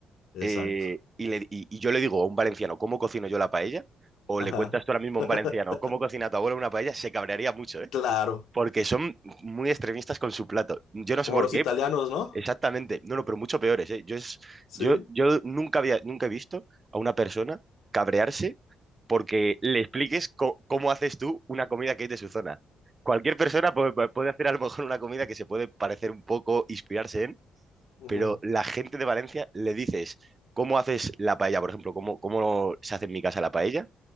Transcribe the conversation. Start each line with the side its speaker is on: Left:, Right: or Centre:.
Left: Exacto.
Right: eh, y, le- y- y yo le digo a un valenciano, ¿cómo cocino yo la paella? O
Left: Ajá.
Right: le cuentas tú ahora mismo
Left: <laughs>
Right: a un valenciano, ¿cómo cocina tu abuela una paella? Se cabrearía mucho, ¿eh?
Left: Claro,
Right: Porque son muy extremistas con su plato. Yo no
Left: como
Right: sé por
Left: los
Right: qué,
Left: italianos, ¿no?
Right: exactamente. No, no, pero mucho peores, ¿eh? Yo, es,
Left: Sí.
Right: yo, yo nunca había, nunca he visto a una persona cabrearse porque le expliques co- cómo haces tú una comida que es de su zona. Cualquier persona pu- pu- puede hacer a lo mejor una comida que se puede parecer un poco, inspirarse en,
Left: Ujú.
Right: pero la gente de Valencia le dices cómo haces la paella, por ejemplo, cómo, cómo se hace en mi casa la paella